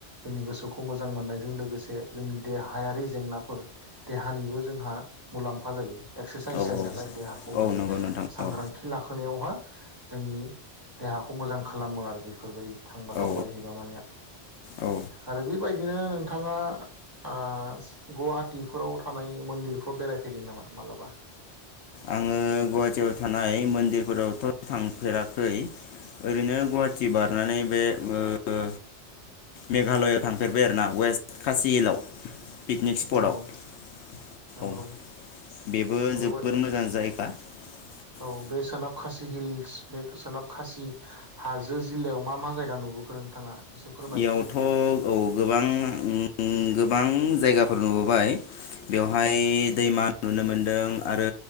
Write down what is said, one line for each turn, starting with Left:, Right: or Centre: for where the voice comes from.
Right: जोंनि गोसोखौ मोजां मोननायजों लोगोसे जोंनि देहायारि जेंनाफोर देहानिबो जोंहा मुलाम्फा जायो। एक्सारसाइस
Left: औ
Right: जायो नालाय देहाखौ
Left: औ
Right: जों
Left: नंगौ नोंथां
Right: सांग्रांथि
Left: औ
Right: लाखोनायावहा जोंनि देहाखौ मोजां खालामो आरो बेफोरबायदि थांबा
Left: औ
Right: दावबायहैबा माने
Left: औ
Right: आरो बेबायदिनो नोंथाङा आ गुवाहाटिफोराव थानाय मन्दिरफ्राव बेराय फैदों नामा मालाबा?
Left: आङो गुवाहाटियाव थानाय मन्दिरफोरावथ थांफेराखै ओरैनो गुवाहाटि बारनानै बे ओ मेघालयआव थांफेरबाय आरोना वेस्ट कासि हिलाव। पिकनिक स्पटआव
Right: नंगौ नंगौ
Left: औ बेबो
Right: बेयाव
Left: जोबोर <inaudible>
Right: औ बे सोनाब खासि हिल्स बे सोनाब खासि हाजो जिल्लायाव मा मा जायगा नुबोखो नोंथाङा? एसे फोरमायलाय?
Left: यावथ औ गोबां उम गोबां गोबां जायगाफोर नुबोबाय बेवहाय दैमा नुनो मोनदों आरो